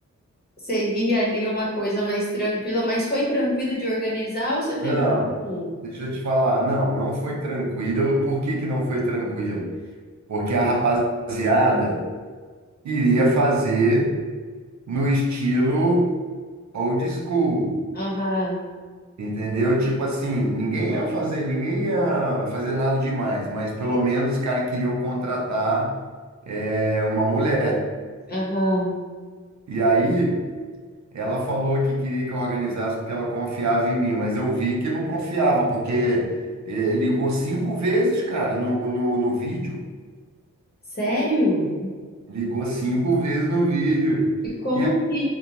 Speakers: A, on the left (about 35°); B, on the right (about 70°).
A: seria ali uma coisa mais tranquila, mas foi tranquilo de organizar ou você teve
B: Não,
A: algum?
B: deixa eu te falar, não, não foi tranquilo. Por que que não foi tranquilo? Porque a rapaziada iria fazer no estilo old school.
A: Aham,
B: Entendeu? Tipo assim, ninguém ia fazer, ninguém ia fazer nada demais, mas pelo menos os caras queriam contratar eh, uma mulher.
A: aham.
B: E aí ela falou que queria que eu organizasse porque ela confiava em mim, mas eu vi que não confiava, porque eh, ligou cinco vezes, cara, no, no, no vídeo.
A: Sério?
B: Ligou cinco vezes no vídeo.
A: E como
B: E aí,
A: que